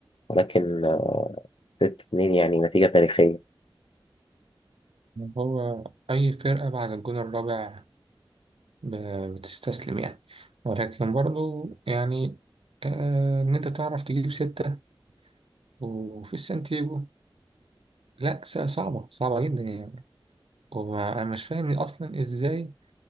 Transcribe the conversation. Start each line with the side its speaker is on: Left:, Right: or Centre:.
Left: ولكن ستة اتنين يعني نتيجة تاريخية
Right: هو أي فرقة بعد الجون الرابع ب- بتستسلم يعني ولكن برضو يعني آه، إن أنت تعرف تجيب ستة وفي السانتياغو لا س- صعبة صعبة جدا يعني وأنا مش فاهم أصلا إزاي